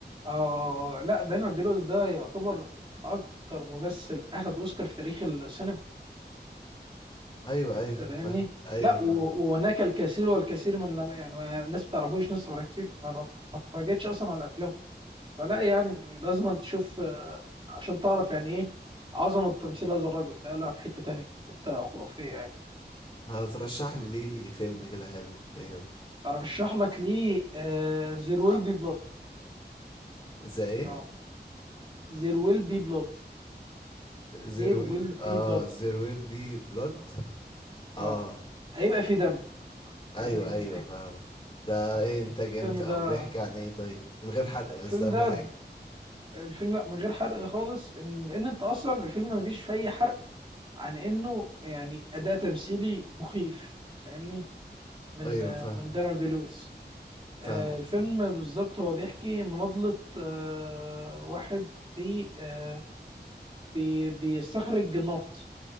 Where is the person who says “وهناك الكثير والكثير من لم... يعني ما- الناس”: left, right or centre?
Right